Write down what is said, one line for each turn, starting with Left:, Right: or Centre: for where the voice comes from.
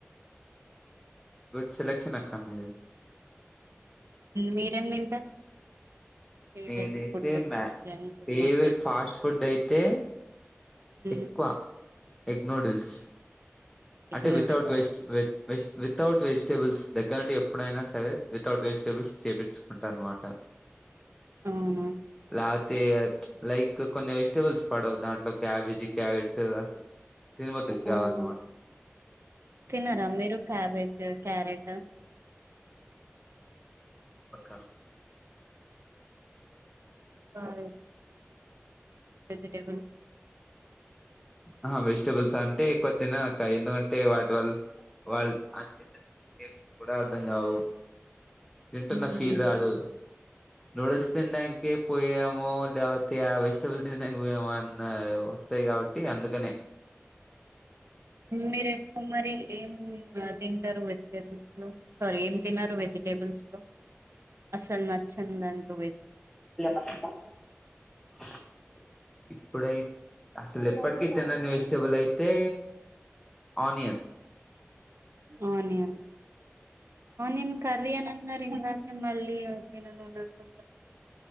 Centre: good selection అక్క మీది
Right: మీరేం తింటారు ఫేవరెట్
Centre: నేనైతే
Right: ఫుడ్
Centre: మ్యా
Right: junk
Centre: favourite
Right: food
Centre: fast food అయితే
Right: ఉమ్
Centre: ఎక్కువ ఎగ్ నోడిల్స్ అంటే
Right: ఎగ్ నూడిల్స్
Centre: వితౌట్ వేస్ట్ వే వేస్ట్ వితౌట్ వెజిటేబుల్స్ దగ్గర నుండి ఎప్పుడైనా సరే వితౌట్ వెజిటేబుల్స్ చేపిచ్చుకుంటాను అనమాట
Right: అవును
Centre: రా తే లైక్ కొన్ని వెజిటబుల్స్ పడవు దాంట్లో క్యాబేజీ క్యారెట్ అస్ తినబుద్ధి కాదు
Right: తనరా మీరు క్యాబేజ్ క్యారెట్
Centre: వస్తా
Right: బాయ్ వెజిటేబుల్స్
Centre: అహా వెజిటేబుల్స్ అంటే ఎక్కువ తినను అక్క ఎందుకంటే వాటి వల్ల వాల్ అన్ని ఏం కూడా అర్థం కావు తింటున్న
Right: ఉహు
Centre: ఫీల్ రాదు నూడిల్స్ తినడానికి పోయామో లేకపోతే ఆ వెజిటబుల్స్ తినడానికి పోయేమో అని వస్తాయి కావా కే అందుకనే
Right: మీరు ఎక్కువ మరి ఏం తింటారు వెజిటేబుల్స్ లో సారీ ఏం తినరు వెజిటేబుల్స్ లో అసలు నచ్చందంటూ వె
Centre: ల మా <unintelligible> ఇప్పుడై అసలు ఎప్పటికి తినని వెజిటేబుల్ అయితే ఆనియన్
Right: ఆనియన్ ఆనియన్ కర్రీ అని అంటున్నారు ఇందాకే మళ్ళీ తిననని అంటున్నారు